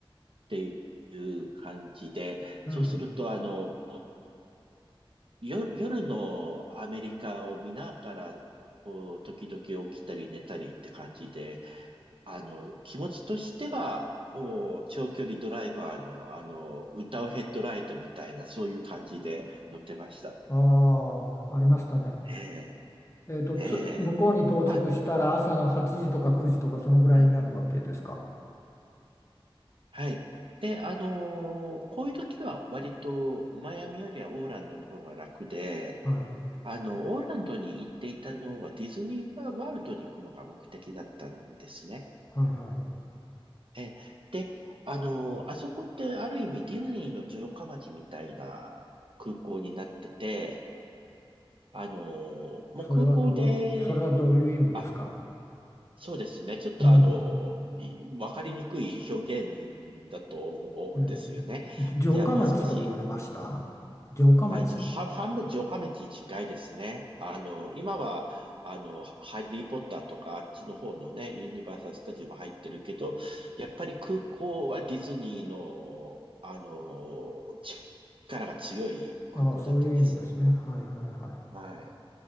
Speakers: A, on the right; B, on the left.
A: ていう感じで、
B: うん。
A: そうすると、あの、夜、夜のアメリカを見ながら、こう、時々起きたり寝たりって感じで、あの、気持ちとしては、お長距離ドライバーの、あの、歌うヘッドライトみたいな、そういう感じで乗ってました。
B: ああ、ありましたね。
A: ええ
B: えっと、
A: ええあ、
B: つ、向こうに到着したら朝の8時とか9時とかそのぐらいになるわけですか。
A: はい。はい。で、あのーこういう時は割とマイアミよりはオーランドの方が楽で、
B: はい。は
A: あの、オーランドに行っていたのはディズニーワールドに行くのが目的だったんですね。
B: いはい。
A: え、で、あのーあそこってある意味ディズニーの城下町みたいな空港になってて、あのーもう空港で、
B: それはどうい、それはどういう意味ですか
A: あ、そうですね。ちょっとあのーいわかりにくい表現だと、
B: うん。
A: おですよね。
B: ええ。じ城下町と言われました
A: じゃあもう少し、
B: 城下町
A: はい、じゃ半半分城下町に近いですね。あの、今は、あの、ハリーポッターとかあっちの方のね、ユニバーサルスタジオも入ってるけど、やっぱり空港はディズニーの、あの、力が強い空港だったんです。
B: ああ、そういう意味ですね。はいはいはい。
A: はい。